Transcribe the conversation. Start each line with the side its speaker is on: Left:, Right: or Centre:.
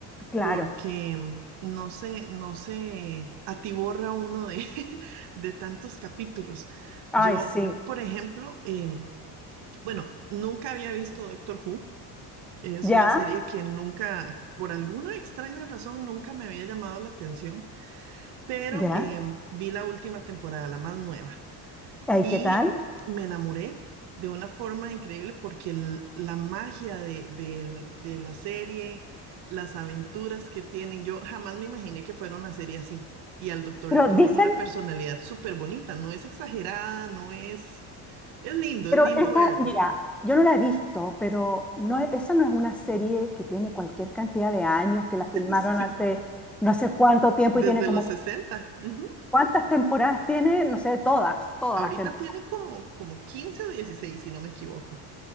Centre: Claro.
Right: porque mm, no se, no se atiborra uno de, <laughs> de tantos capítulos.
Centre: Ay,
Right: Yo,
Centre: sí.
Right: por ejemplo, em, bueno, nunca había visto Doctor Who. Es
Centre: Ya,
Right: una serie que nunca, por alguna extraña razón, nunca me había llamado la atención. Pero
Centre: ya.
Right: em, vi la última temporada, la más nueva,
Centre: Ay,
Right: y
Centre: ¿qué tal?
Right: me enamoré de una forma increíble porque el- la magia de, del- de la serie, las aventuras que tienen, yo jamás me imaginé que fuera una serie así. Y al doctor
Centre: Pero
Right: le ponen
Centre: dicen
Right: una personalidad súper bonita, no es exagerada, no es... Es lindo,
Centre: Pero
Right: es lindo
Centre: esta,
Right: verlo.
Centre: mira, yo no la he visto, pero no, e- esa no es una serie que tiene cualquier cantidad de años, que la filmaron
Right: <laughs> Sí,
Centre: hace no sé cuánto tiempo
Right: desde
Centre: y tiene como,
Right: los 60, ujú.
Centre: ¿cuántas temporadas tiene? No sé, todas, todas
Right: Ahorita
Centre: las temporadas.
Right: tiene como, como 15 o 16 si no me equivoco.